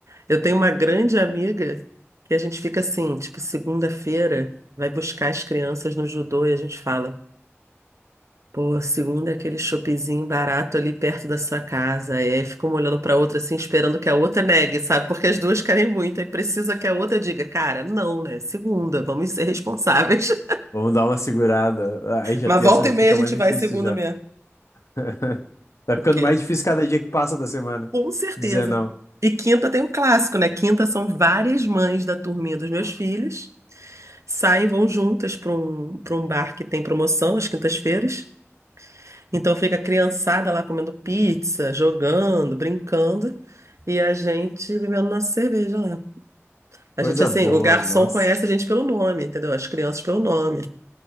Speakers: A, on the right (about 80°); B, on the left (about 80°).
A: Eu tenho uma grande amiga que a gente fica assim, tipo, segunda-feira vai buscar as crianças no judô e a gente fala. Pô, segunda é aquele shoppingzinho barato ali perto da sua casa. E aí fica uma olhando pra outra assim, esperando que a outra negue, sabe? Porque as duas querem muito. Aí precisa que a outra diga, cara, não, né? Segunda, vamos ser responsáveis. <laughs>
B: Vamos dar uma segurada. Aí já
A: Mas
B: tem
A: volta
B: essa, já
A: e meia
B: fica
A: a gente
B: mais difícil
A: vai segunda
B: já.
A: mesmo.
B: <laughs> Tá
A: Porque,
B: ficando mais difícil cada dia que passa da semana.
A: com certeza.
B: Dizer não.
A: E quinta tem um clássico, né? Quinta são várias mães da turminha dos meus filhos. Saem, vão juntas para um, para um bar que tem promoção às quintas-feiras. Então fica a criançada lá comendo pizza, jogando, brincando, e a gente bebendo nossa cerveja lá. A
B: Coisa
A: gente, assim,
B: boa,
A: o garçom
B: nossa.
A: conhece a gente pelo nome, entendeu? As crianças pelo nome.